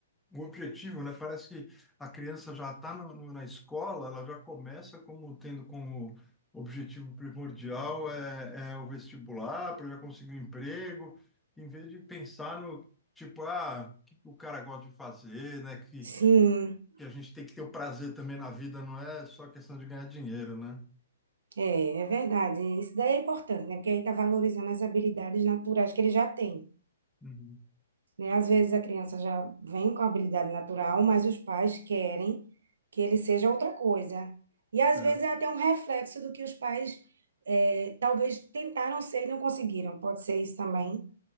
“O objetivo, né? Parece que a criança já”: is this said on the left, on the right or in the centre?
Centre